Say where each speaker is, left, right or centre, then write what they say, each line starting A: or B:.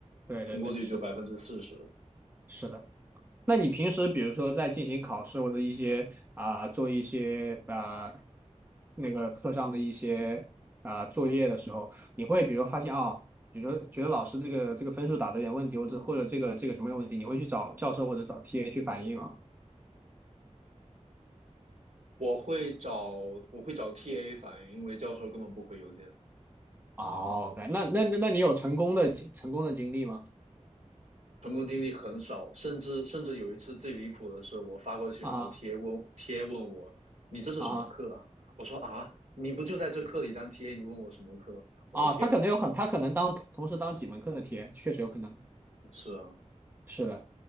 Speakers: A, on the right; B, on the right.
A: 对对对，
B: 通过率只有百分之四十。
A: 是的，是的。那你平时比如说在进行考试或者一些啊、做一些啊、那个课上的一些啊、作业的时候，你会比如发现啊、比如说觉得老师这个这个分数打的有点问题，或者或者这个这个什么有问题，你会去找教授或者找 TA 去反映吗？
B: 我会找我会找 TA 反映，因为教授根本不回邮件，
A: 哦，OK，那那那你有成功的经成功的经历吗？
B: 成功经历很少，甚至甚至有一次最离谱的是，我发过去，然后
A: 啊
B: TA 问 TA 问我你这是什么课啊？
A: 啊
B: 我说啊，你不就在这课里当 TA，你问我什么课？我的天呐，
A: 啊！他可能有很，他可能当同时当几门课的 TA，确实有可能。
B: 是啊，
A: 是的。